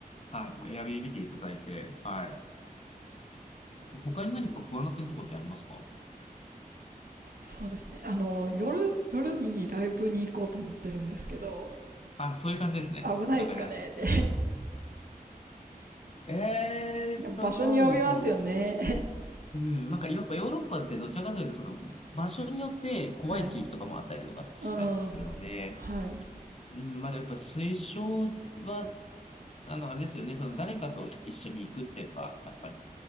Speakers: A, on the left; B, on the right.
A: はい。もうエアビー見ていただいて、はい。他に何か不安な点とかってありますか
B: そうですね。あの、夜、夜にライブに行こうと思ってるんですけど、
A: あ、そういう感じですね。
B: 危ないですかねって。
A: わかりました。えーっと、
B: いや、場所に呼びますよね。
A: そうですね。うん、なんかやっぱヨーロッパってどちらかというとその場所によって怖い地域とかもあったりとかしたりするので、
B: <laughs> はい。うん。はい。
A: うん、まあやっぱ推奨はあの、あれですよね。その誰かと一緒に行くっていうのが、やっぱり